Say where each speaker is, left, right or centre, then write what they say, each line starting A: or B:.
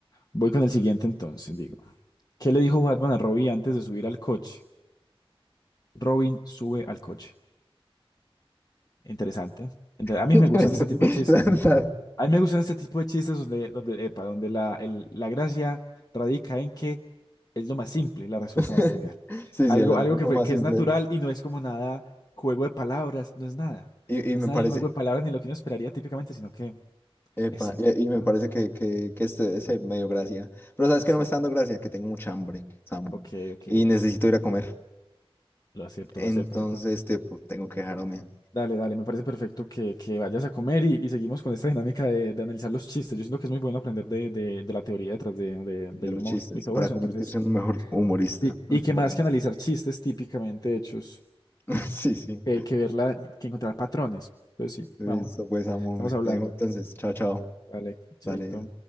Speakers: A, on the left; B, on the left.
A: Voy con el siguiente entonces, digo. ¿Qué le dijo Batman a Robin antes de subir al coche? Robin sube al coche. Interesante. Ente-
B: <laughs>
A: A mí
B: Interesante,
A: me gustan este tipo de chistes.
B: la verdad.
A: A mí me gustan este tipo de chistes donde, donde, epa, donde la, el- la gracia radica en que es lo más simple, la respuesta
B: <laughs>
A: más trivial.
B: Sí,
A: Algo,
B: sí, el amor
A: algo que fue,
B: más
A: que
B: simple.
A: es natural y no es como nada juego de palabras, no es nada.
B: Y,
A: No
B: y me
A: es nada
B: parece,
A: de juego de palabras ni lo que uno esperaría típicamente, sino que
B: epa,
A: es simple.
B: y, y me
A: Ajá,
B: parece que, que, que este ese me dio gracia. Pero sabes
A: sí.
B: que no me está dando gracia, que tengo mucha hambre, Sam,
A: Ok, ok.
B: y necesito ir a comer.
A: Lo acepto,
B: Entonces,
A: lo acepto, acepto.
B: este, pues, tengo que dejarme
A: Dale, dale, me parece perfecto que, que vayas a comer y, y seguimos con esta dinámica de, de analizar los chistes. Yo siento que es muy bueno aprender de, de- de la teoría detrás de, de-
B: de
A: del
B: los
A: humor
B: chistes
A: y todo
B: para
A: eso.
B: convertirse
A: Entonces.
B: en un mejor humorista.
A: Y,
B: <laughs>
A: y que
B: Veremos.
A: más que analizar chistes típicamente hechos,
B: <laughs> Sí, sí.
A: eh, que verla, que encontrar patrones. Entonces sí,
B: Listo,
A: vamos,
B: pues, amo,
A: estamos
B: me
A: hablando.
B: te dejo. Entonces, chao, chao.
A: Dale, chaito.
B: Dale.